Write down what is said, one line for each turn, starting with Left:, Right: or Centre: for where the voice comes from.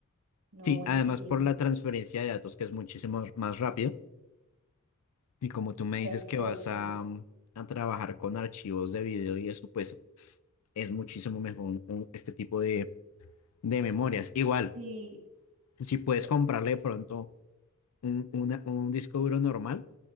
Right: No,
Left: Sí,
Right: buenísimo,
Left: además por la transferencia de datos que es muchísimo más rápido. Y como tú me dices
Right: perfecto.
Left: que vas a, mm, a trabajar con archivos de video y eso, pues es muchísimo mejor un- un- este tipo de de memorias. Igual,
Right: Sí,
Left: si puedes
Right: o-
Left: comprarle de pronto un, una- un disco duro normal,